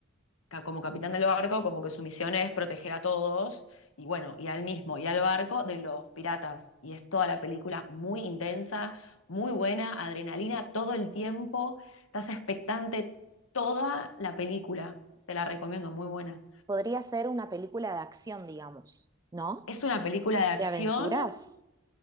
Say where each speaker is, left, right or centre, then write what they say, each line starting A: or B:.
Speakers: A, on the left (about 85°); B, on the right (about 20°).
A: ca- como capitán del barco, como que su misión es proteger a todos, y bueno, y al mismo, y al barco de los piratas. Y es toda la película muy intensa, muy buena, adrenalina todo el tiempo, estás expectante toda la película, te la recomiendo, muy buena.
B: Podría ser una película de acción, digamos, ¿no?
A: Es una película de acción,
B: ¿De aventuras?